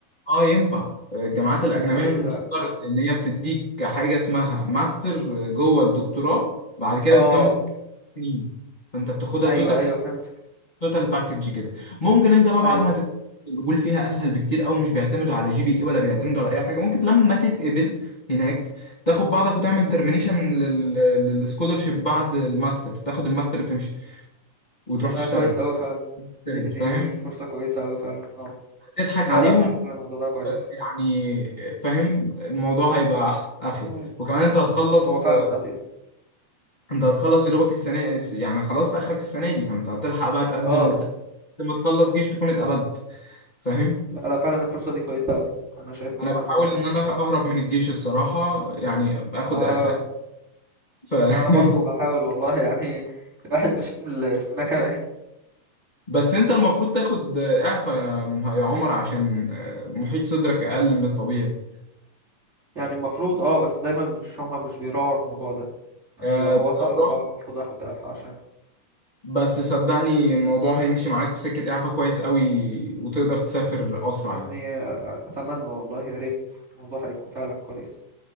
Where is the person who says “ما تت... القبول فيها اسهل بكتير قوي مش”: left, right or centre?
Left